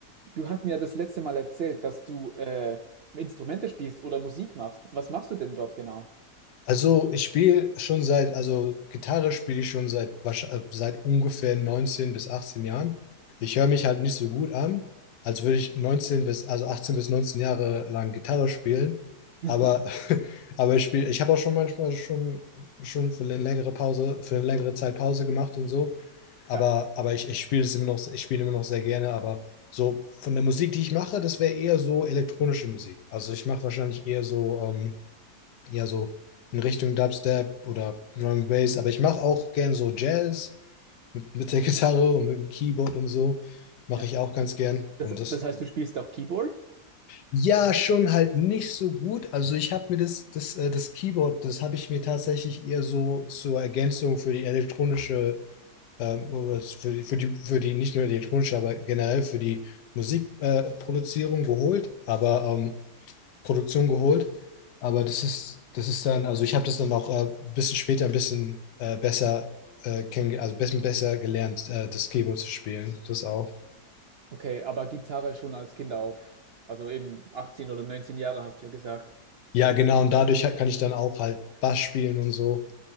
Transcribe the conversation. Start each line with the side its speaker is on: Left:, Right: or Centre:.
Right: Du hast mir das letzte Mal erzählt, dass du äh, Instrumente spielst oder Musik machst. Was machst du denn dort genau?
Left: Also ich spiele schon seit, also Gitarre spiele ich schon seit, wahrsch- äh, seit ungefähr 19 bis 18 Jahren. Ich höre mich halt nicht so gut an, als würde ich 19 bis, also 18 bis 19 Jahre lang Gitarre spielen.
Right: <laughs>
Left: Aber, <laughs> aber ich spiele, ich habe auch schon manchmal schon, schon für eine längere Pause, für eine längere Zeit Pause gemacht und so. Aber,
Right: Ja,
Left: aber ich, ich spiele es immer noch, ich spiele immer noch sehr gerne. Aber so von der Musik, die ich mache, das wäre eher so elektronische Musik. Also ich mache wahrscheinlich eher so, ähm, ja so in Richtung Dubstep oder Drum and Bass, aber ich mache auch gern so Jazz mit, mit der <laughs> Gitarre und mit dem Keyboard und so. Mache
Right: ja.
Left: ich auch ganz gern.
Right: Das,
Left: Und das,
Right: das heißt, du spielst auch Keyboard?
Left: ja, schon halt nicht so gut. Also ich habe mir das, das, äh, das Keyboard, das habe ich mir tatsächlich eher so zur Ergänzung für die elektronische, ähm, oder für, die- für die, für die, nicht nur die elektronische, aber generell für die Musikproduzierung äh, Produzierung geholt. Aber ähm, Produktion geholt. Aber das ist, das ist dann, also ich habe das dann auch äh, ein bisschen später ein bisschen äh, besser äh, kennenge- also ein bisschen besser gelernt, äh, das Keyboard zu spielen. Das auch.
Right: Okay, aber Gitarre schon als Kind auf. Also eben 18 oder 19 Jahre hast du ja gesagt.
Left: Ja, genau,
Right: Na,
Left: und dadurch kann ich dann auch halt Bass spielen und so.